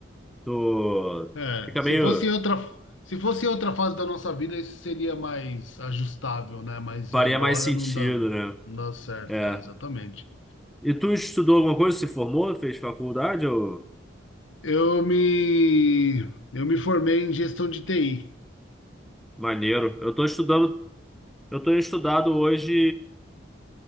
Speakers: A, in the centre; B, on the left (about 80°).
A: tu
B: É,
A: fica
B: se
A: meio
B: fosse outra, se fosse outra fase da nossa vida, isso seria mais ajustável, né? Mas
A: faria
B: agora
A: mais sentido,
B: não dá,
A: né?
B: não dá certo,
A: É.
B: é, exatamente.
A: E tu estudou alguma coisa? Se formou? Fez faculdade? Ou...
B: Eu me, eu me formei em gestão de TI.
A: Maneiro. Eu tô estudando, eu tô estudado hoje